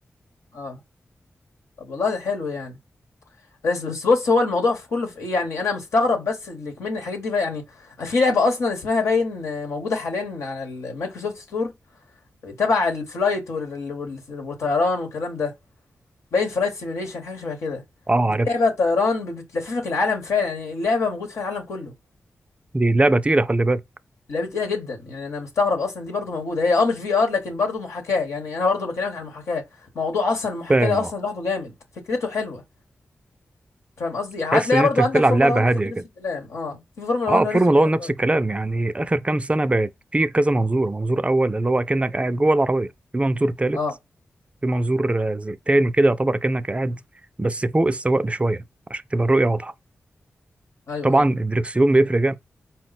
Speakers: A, on the left; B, on the right.
A: اه طب والله ده حلو يعني بس بس بص هو الموضوع في كله في ايه يعني انا مستغرب بس اللي كمان الحاجات دي بقى يعني في لعبة اصلا اسمها باين آه، موجودة حاليا على المايكروسوفت ستور تبع الفلايت وال- وال- والطيران والكلام ده باين فلايت سيميوليشن حاجة شبه كده
B: أه
A: دي
B: عارفها
A: لعبة طيران ب- بتلففك العالم فعلا يعني اللعبة موجود فيها العالم كله
B: دي لعبة تقيلة خلي بالك
A: لعبه تقيله جدا يعني انا مستغرب اصلا دي برضو موجوده هي اه مش في ار لكن برضو محاكاه يعني انا برضو بكلمك عن المحاكاه موضوع اصلا المحاكاه
B: فاهم
A: ده اصلا
B: اه
A: لوحده جامد فكرته حلوه فاهم قصدي هتلاقيها
B: تحس ان
A: برضو
B: انت بتلعب
A: عندك فورمولا
B: لعبه
A: 1 فكر
B: هاديه
A: نفس
B: كده
A: الكلام اه في فورمولا
B: اه
A: 1 نفس
B: فورمولا
A: الكلام
B: 1 نفس
A: برضو.
B: الكلام يعني اخر كام سنه بقت في كذا منظور منظور اول اللي هو اكنك قاعد جوه العربيه في منظور ثالث
A: اه
B: في منظور آه، زي- تاني كده يعتبر اكنك قاعد بس فوق السواق بشويه عشان تبقى الرؤيه واضحه
A: ايوه
B: طبعا
A: ايوه
B: الدركسيون بيفرق جامد